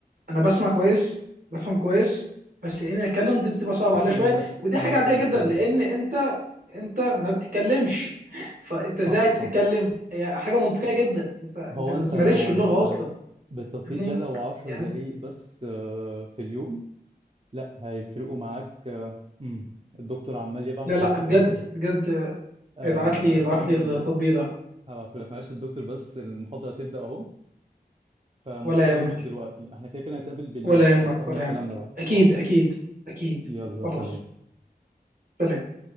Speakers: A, on the right (about 60°); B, on the right (about 35°).
A: انا بسمع كويس بفهم كويس بس اني اتكلم دي بتبقى صعب
B: <laughs>
A: عليا
B: انا
A: شويه
B: نفس
A: ودي حاجه
B: انا نفس
A: عاديه
B: المشكلة
A: جدا لان انت انت ما بتتكلمش <laughs> فانت
B: صح
A: ازاي عايز
B: صح
A: تتكلم هي حاجه منطقيه جدا انت انت
B: هو
A: ما
B: انت
A: بتمارسش
B: لو
A: اللغه
B: بال...
A: اصلا
B: بالتطبيق
A: فاهمني
B: ده لو عشر
A: يعني
B: دقايق بس آه، في اليوم لا هيفرقوا معاك آه، مم. الدكتور عمال يبعت
A: لا لا
B: المحاضرة
A: بجد
B: هتبدأ
A: بجد
B: آه،
A: ابعت
B: معلش
A: لي ابعت
B: يا عمدة
A: لي التطبيق
B: ال-
A: ده
B: هبعتهولك معلش الدكتور بس المحاضرة هتبدأ اهو فمضطر
A: ولا يهمك
B: امشي دلوقتي احنا كده كده هنتقابل بالليل
A: ولا يهمك
B: فنكمل
A: ولا
B: كلامنا
A: يهمك
B: بقى
A: اكيد
B: اوكي
A: اكيد اكيد
B: يلا
A: خلاص
B: سلام
A: سلام